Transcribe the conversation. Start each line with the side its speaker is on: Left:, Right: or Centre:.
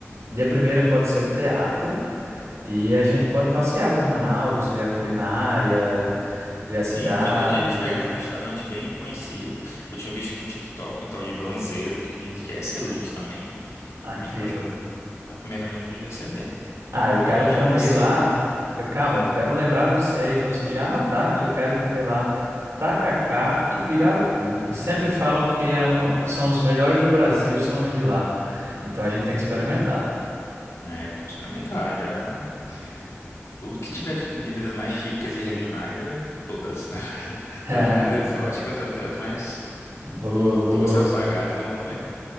Right: Dia primeira pode ser o teatro. E a gente pode passear por Manaus, ver a culinária, ver a cidade.
Left: Sim, de noite a gente pega um restaurante bem conhecido. Eu tinha visto no TikTok um tal de Banzeiro, que diz que é excelente também.
Right: Ah, incrível.
Left: A gente pode... A primeira noite podia ser nele.
Right: Ah, eu quero
Left: Agora já
Right: comer
Left: na segunda...
Right: lá. Eu, calma,
Left: Hum,
Right: eu quero lembrar você aí para você já anotar que eu quero comer lá tacacá e pirarucu, que sempre falam que é- são os melhores do Brasil, são os de lá. Então a gente tem que experimentar.
Left: né? Vamos experimentar, já... Tudo que tiver de comidas mais típicas e regionais, é todas. <laughs>
Right: <laughs>
Left: Das mais exóticas até as mais
Right: Boa,
Left: Do
Right: boa.
Left: doce ao salgado, vamos comer.